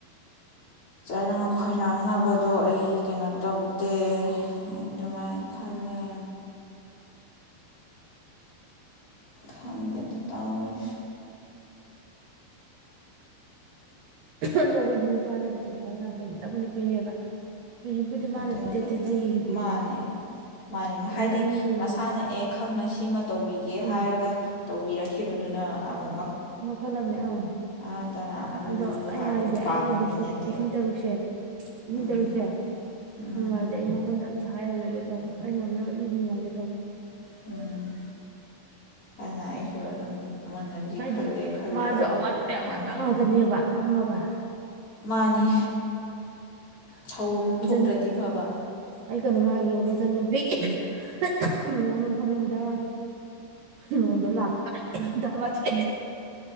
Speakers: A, on the left; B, on the right.
A: ꯆꯩꯔꯥꯡ ꯈꯣꯏꯔꯥꯡꯅꯕꯗꯣ ꯑꯩ ꯀꯩꯅꯣ ꯇꯧꯗꯦ ꯑꯗꯨꯃꯥꯏꯅ ꯈꯜꯂꯦ ꯈꯪꯗꯦꯗ ꯇꯧꯔꯤꯁꯤ
B: ꯑꯗꯨ ꯈ‌ꯣꯏꯖꯨ ꯅꯨꯄꯥꯖ‌ꯦ ꯄꯩꯁꯥ ꯂꯧꯕ ꯌꯥꯝ ꯍꯩꯕꯅꯤ ꯅꯨꯄꯤꯅꯦꯕ ꯍꯧꯖꯤꯛꯄꯨꯗꯤ ꯃꯥꯅ
A: ꯑꯗꯩꯗꯤ
B: ꯇꯦꯠ ꯇꯦꯠ ꯈꯔ ꯌꯦꯡꯕꯤꯀꯣ
A: ꯃꯥꯅꯦ ꯃꯥꯅꯦ
B: ꯑꯗꯣ
A: ꯍꯥꯏꯗꯤ
B: ꯑꯩꯅ ꯀꯩꯒꯨꯝꯕ
A: ꯃꯁꯥꯅ ꯑꯦ ꯈꯪꯅ ꯁꯤꯃ ꯇꯧꯕꯤꯒꯦ
B: ꯎꯝ
A: ꯍꯥꯏꯔꯒ ꯇꯧꯕꯤꯔꯛꯈꯤ ꯈꯤꯕꯗꯨꯅ ꯑꯃꯨꯛ
B: ꯃꯈꯜ ꯑꯃꯅꯤꯅꯦ ꯑꯥ
A: ꯅꯠꯇꯅ ꯑꯗꯨꯗꯨ
B: ꯑꯗꯣ
A: ꯍꯥꯏꯕꯗꯨ
B: ꯑꯩ ꯍꯥꯏꯒꯦ
A: ꯄꯥꯝꯕ
B: ꯑꯩꯒꯤ
A: ꯃꯤ
B: ꯂꯤꯁꯤꯡ
A: ꯅꯠꯇꯦꯕ
B: ꯂꯤꯁꯤꯡ ꯇꯔꯨꯛꯁꯦ ꯂꯤꯁꯤꯡ
A: ꯎꯝ
B: ꯇꯔꯨꯛꯁ‌ꯦ
A: ꯎꯝ
B: ꯐꯪꯉꯥꯒꯤ ꯑꯩ ꯃꯉ‌ꯣꯟꯗ ꯗꯨꯝ ꯍꯥꯏꯔꯔ‌ꯣꯏꯒ‌ꯦ ꯇꯧꯕ ꯑꯩ ꯉꯝꯅꯕ ꯑꯗꯨꯝ ꯍꯤꯡꯉꯒꯦ ꯇꯧꯕ
A: ꯎꯝ ꯑꯗꯨꯅ ꯑꯩꯁꯨ ꯑꯗꯨꯝ ꯃꯨꯟꯅꯗꯤ
B: ꯍꯥꯏꯗꯤ
A: ꯈꯜꯂꯦ ꯈꯜꯂꯦ
B: ꯃꯥꯁꯨ
A: ꯍꯥꯏꯕꯗꯤ
B: ꯑꯋꯥꯠꯄꯩ ꯑꯋꯥꯠꯄ
A: ꯎꯝ
B: ꯉꯥꯛꯇꯅꯦꯕ ꯈꯪꯉꯕ
A: ꯃꯥꯅꯤ ꯊꯧ ꯑꯃꯨꯛ
B: ꯃꯆꯟ
A: ꯊꯣꯛꯇ꯭ꯔꯗꯤ ꯐꯕ
B: ꯑꯩ ꯀꯩꯅꯣꯃ ꯍꯥꯏꯒ‌ꯦꯕ ꯃꯆꯟꯅꯨꯄꯤꯒꯤ <unintelligible> ꯂꯨꯍꯣꯡꯅꯕ ꯍꯣꯠꯅꯕꯗ ꯂꯣꯟꯗꯣ ꯂꯥꯛꯄꯗ ꯇꯔꯥꯃꯊ‌ꯣꯏ